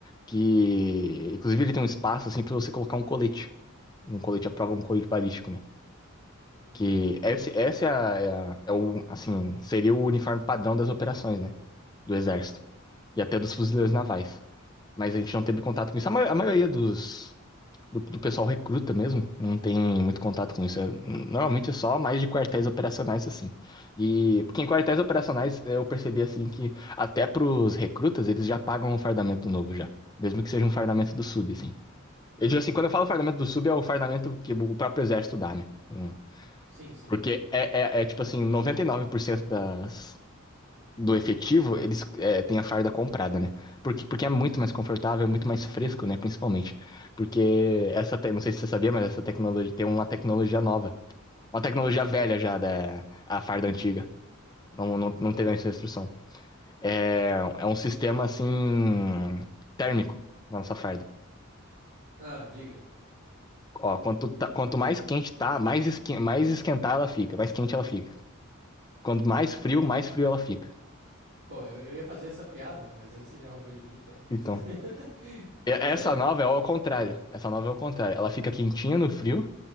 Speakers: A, on the left; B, on the right.
A: que, inclusive, ele tem um espaço, assim, pra você colocar um colete, um colete à prova, um colete balístico, né?
B: Hum,
A: Que esse, esse é, a- é, a- é o, assim, seria o uniforme padrão das operações, né? Do exército e até dos fuzileiros navais. Mas a gente não teve contato com isso. A, ma- a maioria dos, do, do pessoal recruta mesmo não tem muito contato com isso. É- normalmente é só mais de quartéis operacionais, assim. E porque em quartéis operacionais eh, eu percebi, assim, que até pros recrutas eles já pagam um fardamento novo já. Mesmo que seja um fardamento do sub, assim. Eu digo assim, quando eu falo fardamento do sub, é o fardamento que o próprio exército dá, né? Hum.
B: sim, sim.
A: Porque é, é, é tipo assim, 99% das do efetivo, eles é, têm a farda comprada, né? Porque, porque é muito mais confortável, é muito mais fresco, né? Principalmente. Porque essa, te- não sei se você sabia, mas essa tecnologia tem uma tecnologia nova. Uma tecnologia velha já da a farda antiga. Não, não, não
B: Ah,
A: teve essa instrução. É, é um sistema assim térmico na nossa farda.
B: ah diga.
A: Ó, quanto, tá- quanto mais quente tá, mais, esquen mais esquentar ela fica, mais quente ela fica. Quanto mais frio, mais frio ela fica.
B: Pô, eu, eu ia fazer essa piada, mano, mas aí você já roubou de mim, então.
A: Então,
B: <laughs>
A: E-
B: mas
A: Essa
B: é.
A: nova é ao contrário. Essa nova é ao contrário. Ela fica quentinha no frio